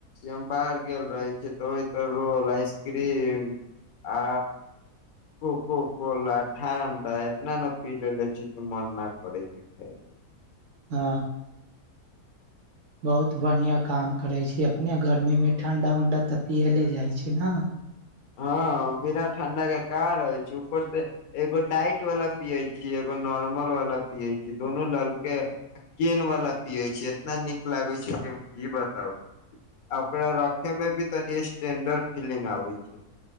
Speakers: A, on the left; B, on the right.
A: हम बाहर गेल रहे छी तऽ ओहि ते रोल आइसक्रीम आ कोको कोला ठण्डा इतना ने पी लेे छी कि मन नहि करै छै खाायके।
B: हँ। बहुत बढ़िआँ काम करै छी अपने गर्मीमे ठण्डा उण्डा तऽ पियएले जाइ छै ने।
A: हँ मेीरा ठंडा के कार रहै छै ऊपर से एगो डाइट वाला पिये छी एगो नॉर्मल वाला पिये छी दुोनू ललके केन वाला पिये छी इतना नीक लागे छै हम की बताउ आ ओकरा रखे में भी तनि स्टेंडर्ड फीलिंग आबे छै। छै।